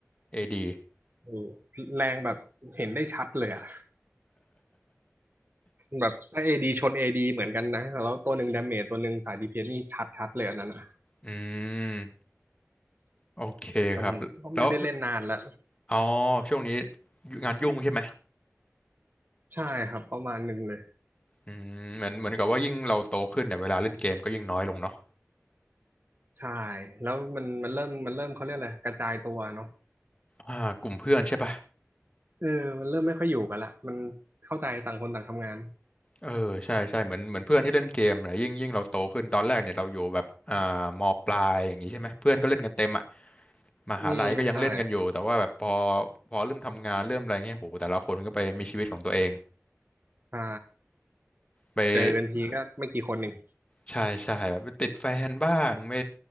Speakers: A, on the left (about 25°); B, on the right (about 45°).
A: AD อดี
B: โอ้แรงแบบเห็นได้ชัดเลยอะแบบถ้าเอดีชนเอดีเหมือนกันนะแล้วตัวหนึ่งดาเมจตัวหนึ่งสายดีเพนนี่ชัดชัดเลยอันนั้นอะ
A: อืมโอเคครับแล้ว
B: แต่ผมก็ไม่ได้เล่นนานละ
A: อ๋อช่วงนี้งานยุ่งใช่ไหม
B: ใช่ครับประมาณหนึ่งเลย
A: อืมเหมือนเหมือนกับว่ายิ่งเราโตขึ้นเนี่ยเวลาเล่นเกมก็ยิ่งน้อยลงเนาะ
B: ใช่แล้วมันมันเริ่มมันเริ่มเขาเรียกอะไรกระจายตัวเนาะ
A: อ่ากลุ่มเพื่อนใช่ปะ
B: เออมันเริ่มไม่ค่อยอยู่กันละมันเข้าใจต่างคนต่างทำงาน
A: เออใช่ใช่เหมือนเหมือนเพื่อนที่เล่นเกมเนี่ยยิ่งยิ่งเราโตขึ้นตอนแรกเนี่ยเราอยู่แบบอ่ามปลายอย่างนี้ใช่ไหมเพื่อนก็เล่นกันเต็มอะมหาลัยก็ยังเล่นกันอยู่แต่ว่าแบบพอ
B: อืมใช่
A: พอเริ่มทำงานเริ่มอะไรเงี้ยโหแต่ละคนก็ไปมีชีวิตของตัวเอง
B: ใช่
A: ไป
B: เจอกันทีก็ไม่กี่คนเอง
A: ใช่ใช่แบบติดแฟนบ้างไม่